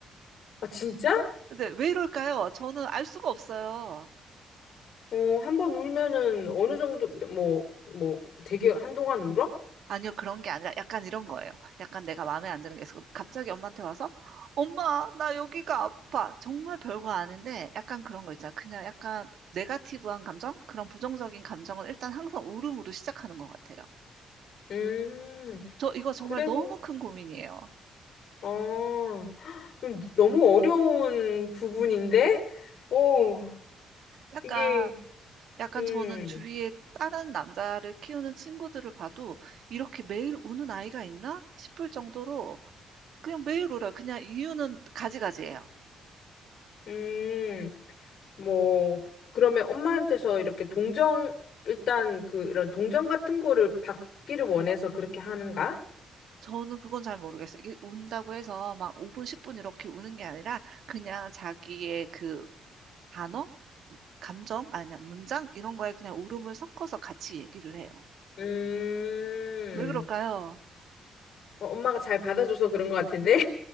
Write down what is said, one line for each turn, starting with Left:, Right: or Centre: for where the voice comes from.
Left: 아, 진짜?
Right: 근데 왜 이럴까요? 저는 알 수가 없어요.
Left: 어, 한번 울면은 어느 정도, 뭐, 뭐, 되게 한동안 울어?
Right: 아니요, 그런 게 아니라 약간 이런 거예요. 약간 내가 마음에 안 드는 게 있어. 갑자기 엄마한테 와서, 엄마, 나 여기가 아파. 정말 별거 아닌데, 약간 그런 거 있잖아. 그냥 약간 네가티브한 감정? 그런 부정적인 감정은 일단 항상 울음으로 시작하는 것 같아요.
Left: 음,
Right: 저 이거 정말
Left: 그래도,
Right: 너무 큰 고민이에요.
Left: 어, 음, 너무 어려운 부분인데? 어,
Right: 약간,
Left: 이게,
Right: 약간
Left: 음,
Right: 저는 주위에 다른 남자를 키우는 친구들을 봐도 이렇게 매일 우는 아이가 있나 싶을 정도로 그냥 매일 울어요. 그냥 이유는 가지가지예요.
Left: 음, 뭐, 그러면 엄마한테서 이렇게 동정, 일단 그, 이런 동정 같은 거를 받기를 원해서 그렇게 하는가?
Right: 저는 그건 잘 모르겠어요. 이게 운다고 해서 막 5분, 10분 이렇게 우는 게 아니라 그냥 자기의 그 단어, 감정, 아니, 문장 이런 거에 그냥 울음을 섞어서 같이 얘기를 해요.
Left: 음,
Right: 왜 그럴까요?
Left: 어, 엄마가 잘 받아줘서 그런 것 같은데?